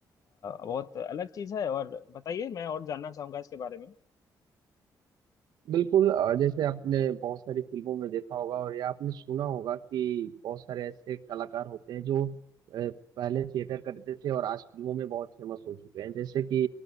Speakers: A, on the left; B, on the right.
A: बहुत अलग चीज है और बताइए मैं और जानना चाहूंगा इसके बारे में
B: बिल्कुल अह, जैसे आपने बहुत सारी फिल्मों में देखा होगा और या आपने सुना होगा कि बहुत सारे ऐसे कलाकार होते हैं जो अह, पहले थिएटर करते थे और आज फिल्मों में बहुत फेमस हो चुके हैं जैसे कि